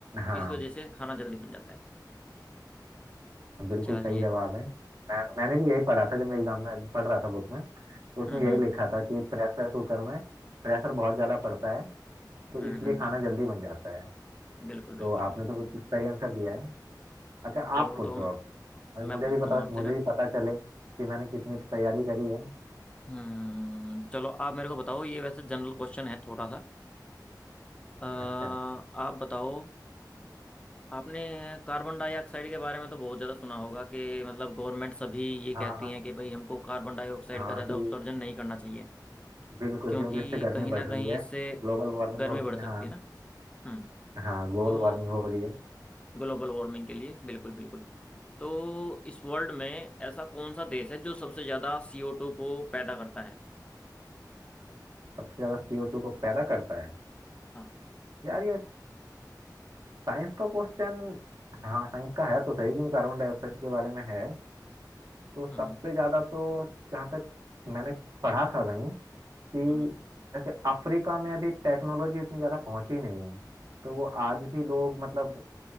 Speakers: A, on the right; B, on the left.
A: हाँ
B: इस वजह से खाना जल्दी बन जाता है
A: बिल्कुल
B: चलिए
A: सही जवाब है मैं, मैंने भी यही पढ़ा था जब मैं एग्जाम में पढ़ रहा था बुक में तो उसमें
B: हम्म
A: यही
B: हम्म
A: लिखा था कि प्रेशर कुकर में प्रेशर बहुत ज़्यादा पड़ता है तो
B: हम्म
A: इसलिए
B: हम्म हम्म,
A: खाना जल्दी बन जाता है
B: बिल्कुल बिल्कुल
A: तो आपने
B: बिल्कुल
A: तो बिल्कुल सही आंसर दिया है अच्छा
B: चलो
A: आप पूछो
B: तो
A: अब और
B: मैं
A: मुझे
B: पूछता
A: भी पता
B: हूँ आपसे
A: मुझे
B: ना
A: भी पता चले कि मैंने कितनी तैयारी करी है
B: हम्म चलो आप मेरे को बताओ ये वैसे जनरल क्वेश्चन है थोड़ा सा अ,
A: अच्छा
B: आप बताओ आपने कार्बन डाइऑक्साइड के बारे में तो बहुत ज़्यादा सुना होगा कि मतलब गवर्नमेंट सभी ये
A: हाँ
B: कहती
A: हाँ
B: हैं कि भाई हमको कार्बन डाइऑक्साइड
A: हाँ
B: का ज़्यादा
A: कि
B: उत्सर्जन नहीं करना चाहिए
A: बिल्कुल
B: क्योंकि
A: क्योंकि इससे गर्मी
B: कहीं
A: बढ़
B: ना कहीं
A: रही है
B: इससे
A: ग्लोबल वार्मिंग
B: गर्मी
A: हो रही
B: बढ़
A: है
B: सकती
A: हाँ
B: है ना हम्म
A: हाँ ग्लोबल
B: तो
A: वार्मिंग हो रही है
B: ग्लोबल वार्मिंग के लिए बिल्कुल बिल्कुल तो इस वर्ल्ड में ऐसा कौन सा देश है जो सबसे ज्यादा सीओ टू को पैदा करता है
A: सबसे ज्यादा CO2 को पैदा करता है
B: हाँ
A: यार ये साइंस का क्वेश्चन हाँ साइंस का है तो सही क्योंकि कार्बन डाइऑक्साइड के बारे में है तो सबसे
B: हम्म
A: ज्यादा तो जहाँ तक मैंने पढ़ा था कहीं कि
B: हम्म
A: जैसे अफ्रीका में अभी टेक्नोलॉजी इतनी ज्यादा पहुंची नहीं है तो वो आज भी लोग मतलब